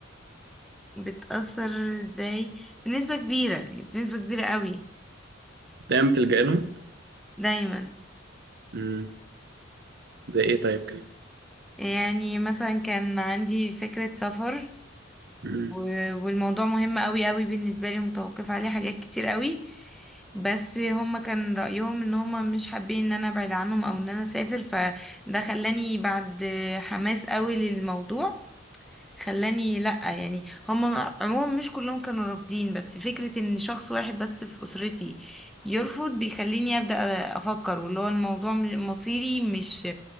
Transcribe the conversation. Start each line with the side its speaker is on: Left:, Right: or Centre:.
Centre: بتأثر ازاي بنسبة كبيرة يعني بنسبة كبيرة قوي
Right: دايما بتلجأ لهم؟
Centre: دايما
Right: مم. زي إيه طيب كده؟
Centre: يعني مثلا كان عندي فكرة سفر
Right: مم.
Centre: و- والموضوع مهم قوي قوي بالنسبة لي متوقف عليه حاجات كتير قوي بس هما كان رأيهم ان هما مش حابين ان انا ابعد عنهم او ان انا اسافر فده خلاني بعد حماس قوي للموضوع خلاني لأ يعني هم عموما مش كلهم كانوا رافضين بس فكرة ان شخص واحد بس في أسرتي يرفض بيخليني أبدأ أفكر واللي هو الموضوع م- مصيري مش